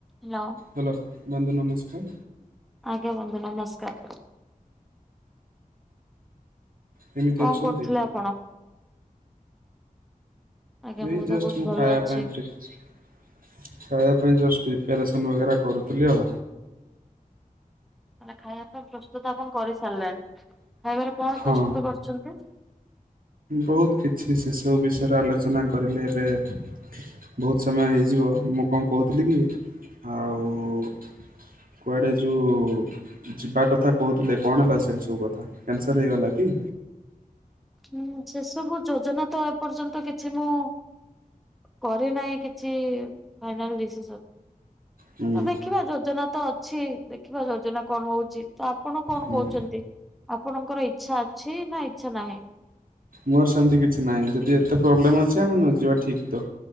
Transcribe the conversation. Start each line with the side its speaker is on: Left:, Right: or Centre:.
Centre: Hello
Right: hello ବନ୍ଧୁ ନମସ୍କାର।
Centre: ଆଜ୍ଞ ବନ୍ଧୁ ନମସ୍କାର।
Right: କେମିତି
Centre: କଣ
Right: ଅଛନ୍ତି?
Centre: କରୁଥିଲେ ଆପଣ? ଆଜ୍ଞା
Right: ଏଇ
Centre: ମୁଁ ତ
Right: ଜଷ୍ଟ୍
Centre: ବହୁତ
Right: ମୁ
Centre: ଭଲ
Right: ଖାାୟାପାଇଁ
Centre: ଅଛି
Right: <unintelligible> ଖାଇବା ପାଇଁ ପ୍ରିପାରେସନ୍ କରୁଥିଲି ଆଉ।
Centre: ହେଲେ ଖାଇବା ପାଇଁ ପ୍ରସ୍ତୁତ ଆପଣ କରି ସାରିଲେଣି। ଖାଇବାରେ କଣ
Right: ହଁ
Centre: ପ୍ରସ୍ତୁତ କରୁଛନ୍ତି?
Right: ବହୁତ କିଛି ସେସବୁ ବିଷୟରେ ଆଲୋଚନା କରିଲେ ଏବେ ବହୁତ ସମୟ ହେଇଯିବ ମୁଁ କଣ କହୁଥିଲି କି ଆଉ କୁଆଡ଼େ ଯୋଉ ଯିବା କଥା କହୁଥିଲେ କଣ ହେଲା ସେ ସବୁ କଥା କ୍ୟାନସର୍ ହେଇଗଲା କି?
Centre: ହୁଁ ସେ ସବୁ ଯୋଜନା ତ ଏ ପର୍ଯ୍ୟନ୍ତ କିଛି ମୁଁ। କରେ ନାହିଁ କିଛି ଫାଇନାଲ୍ ଡିସିସନ୍।
Right: ହୁଁ
Centre: ତ ଦେଖିବା ଯୋଜନା ତ ଅଛି ଦେଖିବା ଯୋଜନା କଣ ହଉଛି। ତ ଆପଣ କଣ
Right: ହୁଁ।
Centre: କହୁଛନ୍ତି ଆପଣଙ୍କର ଇଚ୍ଛା ଅଛି ନା ଇଚ୍ଛା ନାହିଁ।
Right: ମୋର ସେମିତି କିଛି ନାହିଁ ଯଦି ଏତେ ପ୍ରୋବ୍ଲେମ ଅଛି ଆମ ନ ଯିବା ଠିକ୍ ତ।